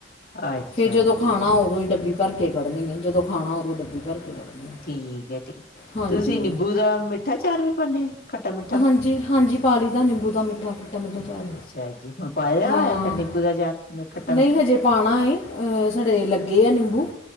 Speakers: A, on the left; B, on the left.
A: ਅੱਛਾ
B: ਫਿਰ ਜਦੋਂ
A: ਜੀ,
B: ਖਾਣਾ ਉਦੋਂ ਈ ਡੱਬੀ ਭਰ ਕੇ ਕੱਢਣੀ ਐ, ਜਦੋਂ ਖਾਣਾ ਉਦੋਂ ਡੱਬ ਭਰ ਕੇ ਕੱਢਣੀ। ਹੈ
A: ਠੀਕ ਐ ਠੀਕ,
B: ਹਾਂਜੀ
A: ਤੁਸੀਂ ਨਿੰਬੂ ਦਾ ਮਿੱਠਾ ਚਾਰ ਵੀ ਪਾਣੇ ਆ। ਖੱਟਾ ਮਿੱਠਾ?
B: ਹਾਂਜੀ, ਹਾਂਜੀ, ਪਾਲੀ ਦਾ ਨਿੰਬੂ ਦਾ ਮਿੱਠਾ, ਖਟਾ-ਮਿੱਠਾ ਚਾਰ।
A: <unintelligible> ਮੈਂ ਪਾਇਆ।
B: ਹਾਂ,
A: ਹੋਇਆ ਫਿਰ ਨਿੰਬੂ ਦਾ ਚਾਰ, ਖੱਟਾ
B: ਨਈ
A: ਮਿੱਠਾ?
B: ਹਜੇ ਪਾਣਾ ਏ, ਅ ਸਾਡੇ ਲੱਗੇ ਆ ਨਿੰਬੂ।